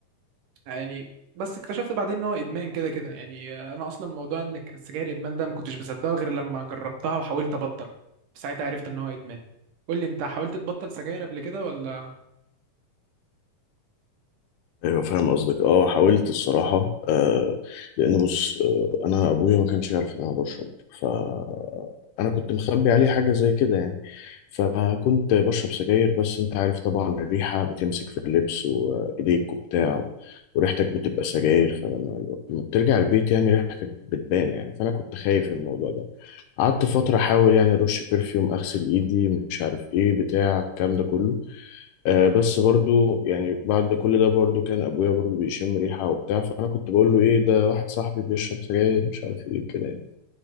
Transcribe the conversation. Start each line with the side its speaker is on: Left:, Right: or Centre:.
Right: يعني بس اكتشفت بعدين ان هو ادمان كده كده يعني انا اصلا موضوع ان السجاير ادمان ده ما كنتش بصدقه غير لما جربتها وحاولت ابطل ساعتها عرفت ان هو ادمان قول لي انت حاولت تبطل سجاير قبل كده ولا
Left: أيوة فاهم قصدك أه حاولت الصراحة آه لأن بص آه أنا أبويا ما كانش يعرف إن أنا بشرب فأنا كنت مخبي عليه حاجة زي كده يعني فكنت بشرب سجاير بس أنت عارف طبعا الريحة بتمسك في اللبس وإيديك وبتاع وريحتك بتبقى سجاير فلما لما بترجع البيت يعني ريحتك بتبان يعني فأنا كنت خايف من الموضوع ده قعدت فترة أحاول يعني أرش برفيوم أغسل إيدي مش عارف إيه بتاع الكلام ده كله آه بس برضو يعني بعد كل ده برضو كان ابويا برضو بيشم ريحه وبتاع فانا كنت بقول له ايه ده واحد صاحبي بيشرب سجاير مش عارف ايه كده يعني